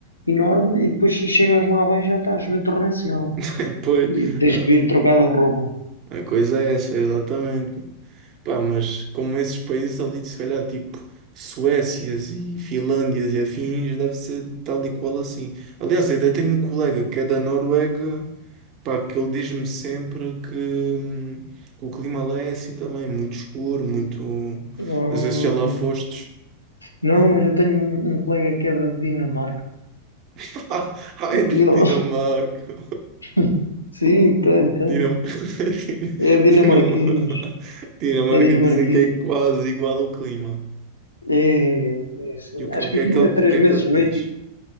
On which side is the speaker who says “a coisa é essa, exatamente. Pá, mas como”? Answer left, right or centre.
Right